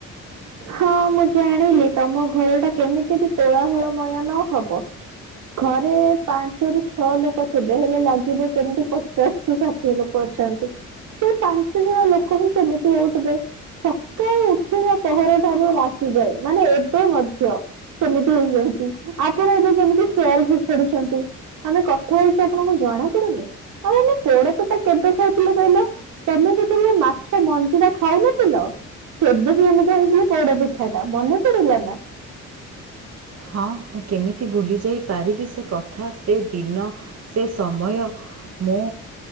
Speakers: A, on the right (about 80°); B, on the right (about 55°).
A: ହଁ ମୁଁ ଜାଣିଲି। ତମ ଘର ଟା କେମିତି ବି କୋଳାହଳମୟ ନ ହବ ଘରେ ପାଞ୍ଚରୁୁ ଛଅ ଲୋକ ଥିବେ ହେଲେ ଲାଗିବ ଯେମିତି ପଚାଶରୁୁ ଷାଠିଏ ଲୋକ ଅଛନ୍ତି। ସେ ପାଞ୍ଚ ଜଣ ଲୋକ ହିଁ ସେମିତି ହଉଥିବେ ସକାଳୁ ପହର ଠାରୁ ରାତି ଯାଏ ମାନେ ଏବେ ମଧ୍ୟ। ସେମିତି ହଉଛନ୍ତି ଆପଣ ଏବେ ଯେମିତି ସେୟାର ଘୁଷଡୁଛନ୍ତି। ଆମେ କଥା ହଉଛୁ ଆପଣଙ୍କୁ ଜଣା ପାଡ଼ୁନି ଆ ଆମେ ପୋଡ଼ ପିଠା କେବେ ଖାଉଥିଲେ କହିଲ? ତମେ ଯେତେବେଳେ ମାଛ ମଞ୍ଜିଟା ଖାଉନଥିଲ ସେବେ କିି ଆମେ ଖାଇଥିଲୁ ପୋଡ ପିଠା ଟା ମନେ ପଡ଼ିଲା ନା।
B: ହଁ ମୁଁ କେମିତି ଭୁଲି ଯାଇ ପାରିବି ସେ କଥା ସେ ଦିନ ସେ ସମୟ। ମୁଁ